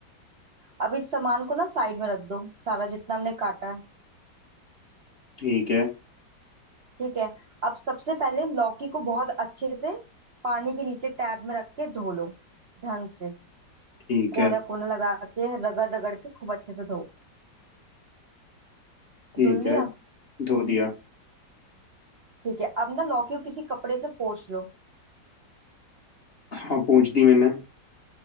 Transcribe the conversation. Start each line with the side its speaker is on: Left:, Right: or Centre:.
Right: अब इस सामान को ना साइड में रख दो सारा जितना हमने काटा है
Left: ठीक है
Right: ठीक है अब सबसे पहले लौकी को बहुत अच्छे से पानी के नीचे टैब में रख के धो लो ढंग से
Left: ठीक
Right: कोने
Left: है
Right: कोने लगा के रगड़ रगड़ के खूब अच्छे से धो
Left: ठीक
Right: धुल
Left: है
Right: लिया
Left: धो दिया
Right: ठीक है अब ना लौकी को किसी कपड़े से पोंछ लो
Left: हाँ पूछ दी मैंने